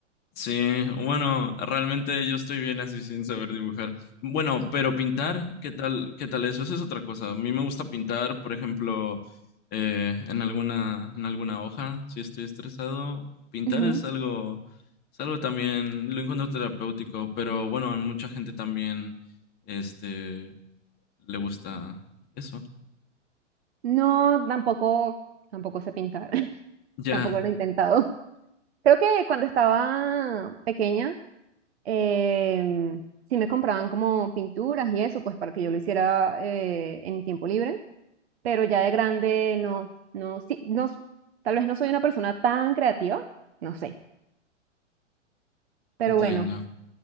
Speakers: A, on the left; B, on the right.
A: Sí, bueno, realmente yo estoy bien así sin saber dibujar. Bueno, pero pintar, ¿qué tal? ¿Qué tal eso? Eso es otra cosa. A mí me gusta pintar, por ejemplo, eh, en alguna, en alguna hoja, si estoy estresado.
B: <laughs>
A: Pintar
B: Ujú.
A: es algo, es algo también, lo encuentro terapéutico, pero bueno, a mucha gente también, este, le gusta eso.
B: No, tampoco, tampoco sé pintar. <laughs>
A: Ya,
B: Tampoco lo he intentado. Creo que cuando estaba pequeña, em, sí me compraban como pinturas y eso, pues para que yo lo hiciera eh, en mi tiempo libre, pero ya de grande no, no, sí, no, s- tal vez no soy una persona tan creativa, no sé, pero
A: entiendo.
B: bueno.